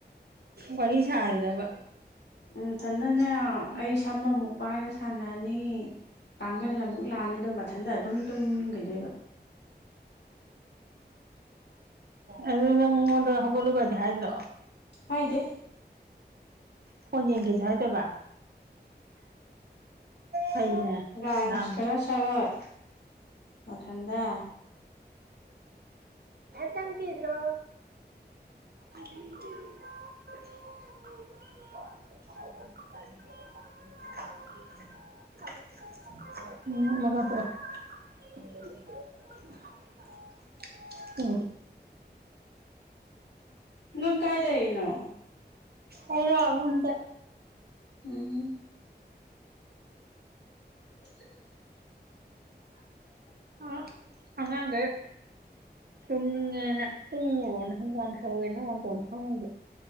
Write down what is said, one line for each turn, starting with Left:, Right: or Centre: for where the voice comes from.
Right: ꯋꯥꯔꯤ ꯁꯥꯔꯤꯔꯕ
Left: ꯃꯊꯟ ꯑꯗꯨꯅꯦ
Right: ꯎꯝ
Left: ꯑꯩ ꯁꯝꯃ ꯑꯃꯨꯛ ꯄꯥꯏꯔ ꯁꯥꯟꯅꯅꯤ ꯀꯥꯡ ꯃꯈꯜ ꯑꯃꯨꯛ ꯂꯥꯛꯑꯥꯅꯦꯗꯣ ꯏꯊꯟꯗ ꯑꯗꯨꯝ ꯇꯨꯝꯈꯤꯗꯣꯏꯕ
Right: ꯑꯗꯨꯗꯤ ꯅꯪꯉꯣꯟꯗ ꯍꯧꯒꯠꯂꯨ ꯀꯗꯤ ꯍꯥꯏꯗ꯭ꯔꯣ
Left: ꯍꯥꯏꯗꯦ
Right: ꯐꯣꯟ ꯌꯦꯡꯒꯦꯁꯨ ꯍꯥꯏꯗꯕ <inaudible> <inaudible>
Left: ꯕꯔ꯭ꯥꯁ
Right: ꯂꯥꯡꯉꯨ
Left: ꯈꯔ <inaudible> ꯃꯊꯟꯇꯥ
Right: <inaudible> ꯀꯗ꯭ꯔꯣ <inaudible> <inaudible> <inaudible>
Left: ꯅꯪ ꯀꯥꯏ ꯂꯩꯔꯤꯅꯣ
Right: ꯑꯩꯔꯣ ꯌꯨꯝꯗꯥ
Left: ꯎꯝ <inaudible> <inaudible>
Right: ꯑꯥ ꯑꯉꯥꯡꯒꯩ ꯇꯨꯝꯅꯤꯡꯉꯦꯅ ꯇꯣꯝꯃꯨꯔꯣꯅ ꯍꯨꯃꯥꯡ ꯁꯧꯏꯅꯥ ꯃꯥꯡꯉꯣꯜ ꯐꯝꯃꯤꯕꯥ